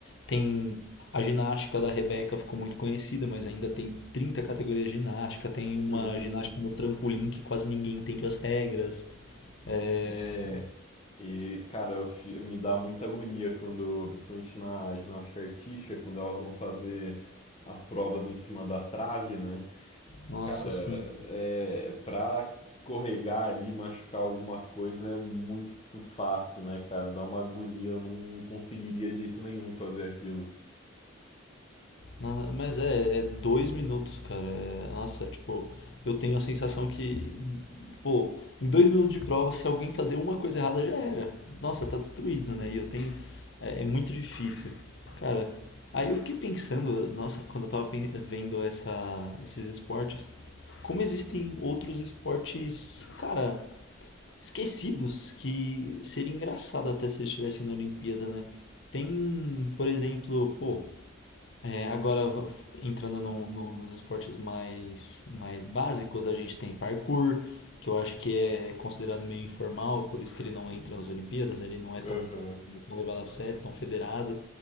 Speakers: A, on the left; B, on the left.
A: Tem a ginástica da Rebeca ficou muito conhecida, mas ainda tem 30 categorias de ginástica. Tem
B: Sim,
A: uma ginástica no trampolim que quase ninguém entende as regras. É,
B: É. E, cara, eu fi- me dá muita agonia quando, principalmente na ginástica artística, quando elas vão fazer as provas em cima da trave, né?
A: Nossa,
B: Cara,
A: assim,
B: é, pra escorregar ali, machucar alguma coisa é muito fácil, né, cara? Me dá uma agonia, eu não, não conseguiria de jeito nenhum fazer aquilo.
A: Nossa, Mas é, é dois minutos, cara. É, nossa, tipo, eu tenho a sensação que, pô, em dois minutos de prova, se alguém fazer uma coisa errada, já era. Nossa, tá destruído, né? E eu tenho. É, é muito difícil. Cara, aí eu fiquei pensando, nossa, quando eu tava pen- vendo essa, esses esportes, como existem outros esportes, cara, esquecidos, que seria engraçado até se eles estivessem na Olimpíada, né? Tem, por exemplo, pô. É, agora, entrando no- no- nos esportes mais, mais básicos, a gente tem parkour, que eu acho que é considerado meio informal, por isso que ele não entra nas Olimpíadas, ele não é tão,
B: Aham,
A: tão levado a sério, tão federado,